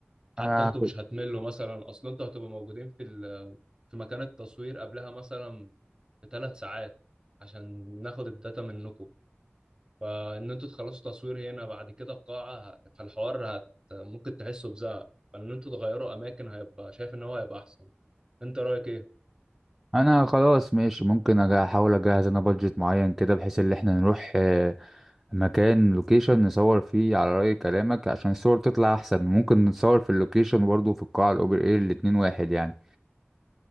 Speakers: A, in the centre; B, on the right (about 20°).
A: انا
B: حتى انتوا مش هتملوا مثلا اصلا انتوا هتبقوا موجودين في ال- في مكان التصوير قبلها مثلا بثلاث ساعات عشان ناخد الداتا منكم فان انتوا تخلصوا تصوير هنا بعد كده القاعة ه- فالحوار هت ممكن تحسوا بزهق فان انتوا تغيروا اماكن هيبقى شايف ان هو هيبقى احسن انت رايك ايه
A: انا خلاص ماشي ممكن أجا- احاول اجهز انا بادجت معين كده بحيث ان احنا نروح آه، مكان لوكيشن نصور فيه على رأي كلامك عشان الصور تطلع احسن ممكن نصور في اللوكيشن برضه في القاعة الاوبن اير الاتنين واحد يعني